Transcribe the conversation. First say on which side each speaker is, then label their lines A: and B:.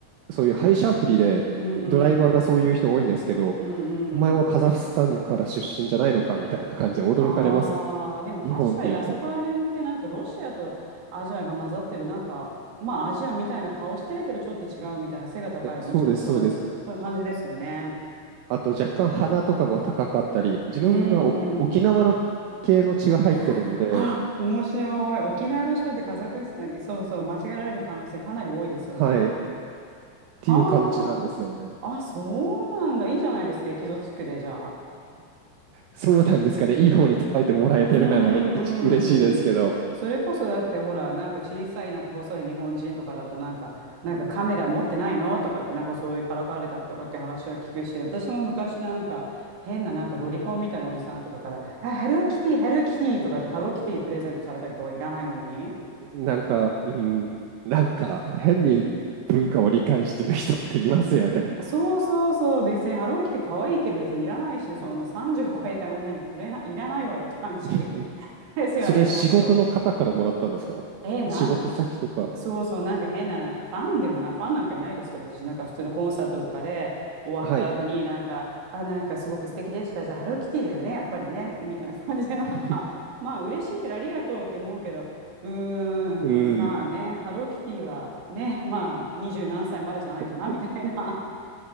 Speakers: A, on the right; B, on the right.
A: そういう配車アプリでドライバーがそういう人多いんですけど
B: うんうん。うんうん。
A: お前はカザフスタンから出身じゃないのかみたいな感じで驚かれますね。
B: ああ、でも確かにあそこら辺ってなんかロシアとアジアが混ざってる、
A: 日本っていうと。
B: なんか、まあアジアみたいな顔してるけどちょっと違うみたいな背が高い、
A: えそうです、
B: もちろんそうです。
A: そうです。
B: その感じですよね。
A: あと若干鼻とかも高かったり自分がお沖縄の系の血が入ってるので
B: うんうん。あ、面白い。沖縄の人ってカザフスタンに、そうそう、間違えられる可能性かなり多いですよね。
A: はいっ
B: は
A: ていう感じなんですよね。
B: あ、あ、そうなんだ。いいじゃないですか、エキゾチックで、じゃあ。
A: そうなんですかね。いい方に捉えてもらえてるなら一嬉しいですけど、
B: うんうんうんうん。それこそだってほら、なんか小さい、なんか細い日本人とかだと、なんか、なんかカメラ持ってないのとかって、なんかそういうからかわれたりとかって話は聞くし、私も昔なんか、変ななんかロリコンみたいなおじさんとかから、あ、ハローキティ、ハローキティとかって、ハローキティプレゼントされたりとかいらないのに。
A: なんか、うん、なんか変に文化を理解してる人っていますよね。
B: そうそうそう、別にハローキティ可愛いけど別にいらないし、そんな30超えた女にくれな、いらないわよって感じ
A: <laughs>
B: <laughs> ですよね、
A: それは仕事の方からもらったんですか仕事先とか。
B: ちょっと。え、なんかへ、そうそう、なんか変な、なんかファンでもな、ファンなんかいないですけど、私なんか普通のコンサートとかで終わった後になんか、
A: はい。
B: あ、なんかすごく素敵でした。じゃあハローキティだよね、やっぱりね、みたいな感じで、なんか、
A: <laughs>
B: まあ嬉しいけどありがとうって思うけど、うーん、
A: うーんっ
B: まあね、ハローキティはね、まあ二十何歳までじゃないかな、
A: て。
B: みたいな。